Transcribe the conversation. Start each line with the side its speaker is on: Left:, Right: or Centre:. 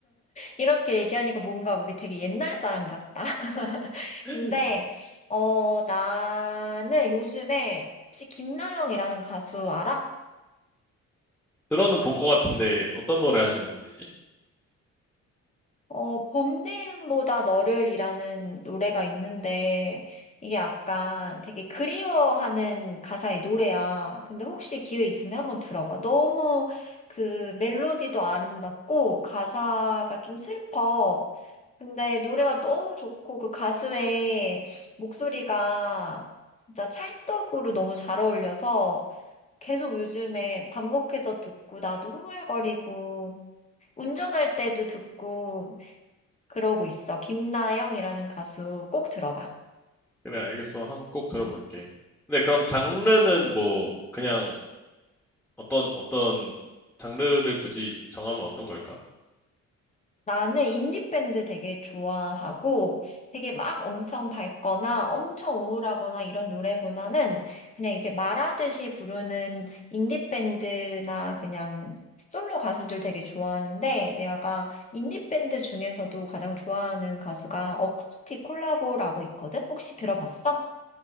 Left: 이렇게 얘기하니까 뭔가 우리 되게 옛날 사람 같다. <laughs>
Centre: <laughs>
Left: 근데, 어, 나는 요즘에 혹시 김나영이라는 가수 알아?
Centre: 들어는 본 것 같은데 어떤 노래 하시는 분이지?
Left: 어, 봄내음보다 너를이라는 노래가 있는데, 이게 약간 되게 그리워하는 가사의 노래야. 근데 혹시 기회 있으면 한번 들어봐. 너무 그 멜로디도 아름답고, 가사가 좀 슬퍼. 근데 노래가 너무 좋고, 그 가수의 목소리가 진짜 찰떡으로 너무 잘 어울려서, 계속 요즘에 반복해서 듣고, 나도 흥얼거리고, 운전할 때도 듣고, 그러고 있어. 김나영이라는 가수 꼭 들어봐.
Centre: 그래, 알겠어. 한번 꼭 들어볼게. 근데 그럼 장르는 뭐 그냥 어떤 어떤 장르를 굳이 정하면 어떤 걸까?
Left: 나는 인디밴드 되게 좋아하고 되게 막 엄청 밝거나 엄청 우울하거나 이런 노래보다는 그냥 이렇게 말하듯이 부르는 인디밴드나 그냥 솔로 가수들 되게 좋아하는데 내가 인디밴드 중에서도 가장 좋아하는 가수가 어쿠스틱 콜라보라고 있거든? 혹시 들어봤어?